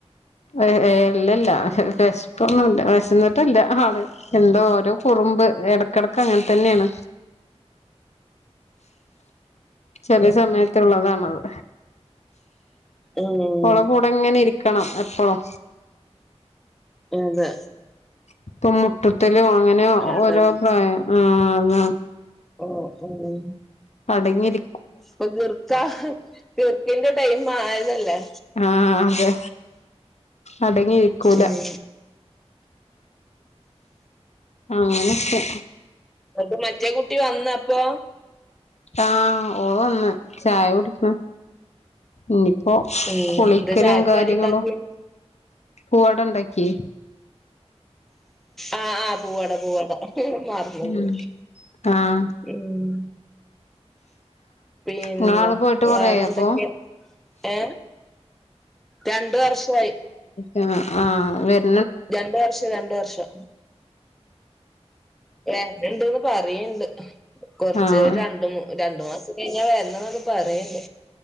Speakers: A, on the left; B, in the centre.
A: എഹ് ഏഹ് ഇല്ലല്ല വെശപ്പൊന്നും ഇല്ല വെശന്നിട്ടല്ല ആള് എന്തോ ഓരോ കുറുമ്പ് എടക്കടക്ക് അങ്ങനെ തന്നെയാണ് ചെലേ സമയത്തുള്ളതാണത്
B: ഉം ഉം
A: ഓളെ കൂടെ ഇങ്ങനെ ഇരിക്കണം എപ്പളും
B: ഇതെ
A: ഇപ്പോ മുട്ട്ത്തലും അങ്ങനെ
B: അതാണ്
A: ഓരോ പ്രായം ആഹ് താ
B: ഓഹ് <unintelligible>
A: അടങ്ങിയിരി
B: പ്പ ഗിർക്ക ഗിർക്കിന്റെ ടൈം ആയതല്ലേ
A: ആഹ് അതെ അടങ്ങിയിരിക്കൂല
B: ഉം
A: ആങ്ങനക്കെ
B: ഇങ്ങട്ട് മറ്റേ കുട്ടി വന്ന അപ്പോ
A: ആഹ് ഓള് വന്ന് ചായ കുടിക്ണ് ഇനിയിപ്പോ
B: ഉം
A: കുളിക്കലും
B: എന്താ ചായക്ക്
A: കാര്യങ്ങളും
B: കടി ഉണ്ടാക്കി
A: പൂവടണ്ടാക്കി
B: ആഹ് ആഹ് പൂവട പൂവട മറന്ന്ക്ക്ണ്
A: ഉം ആഹ്
B: ഉം പിന്നെ
A: ഇങ്ങളാള് പോയിട്ട് കൊറേയായോ
B: വേറെന്തക്കെ
A: അപ്പൊ
B: ഏ രണ്ട് വർഷായി
A: ഞാ ആഹ് വര്
B: രണ്ട് വർഷം രണ്ട് വർഷം വെര്ന്ണ്ട് പറയ്ണ്ട് കൊറച്ച്
A: ആഹ്
B: രണ്ട്മു രണ്ടു മാസം കഴിഞാ വരണം ന്നൊക്കെ പറയ്ണ്ട്